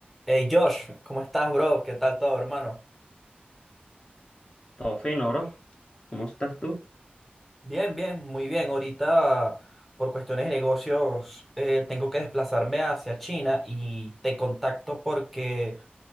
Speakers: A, in the centre; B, on the left (about 35°).
A: Hey Josh, ¿cómo estás, bro? ¿Qué tal todo, hermano?
B: Todo fino, bro. ¿Cómo estás tú?
A: Bien, bien, muy bien. Ahorita, por cuestiones de negocios, eh, tengo que desplazarme hacia China y te contacto porque